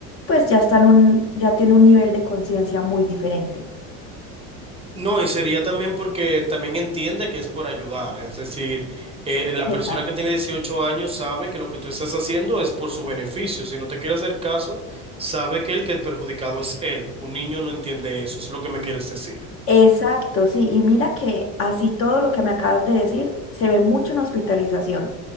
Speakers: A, on the left; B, on the right.
A: pues ya está en un, ya tiene un nivel de conciencia muy diferente.
B: No, y sería también porque también entiende que es por ayudar, es decir, eh, la persona
A: Exacto.
B: que tiene 18 años sabe que lo que tú estás haciendo es por su beneficio, si no te quiere hacer caso, sabe que el que el perjudicado es él, un niño no entiende eso, es lo que me quieres decir.
A: Exacto, sí, y mira que así todo lo que me acabas de decir se ve mucho en hospitalización.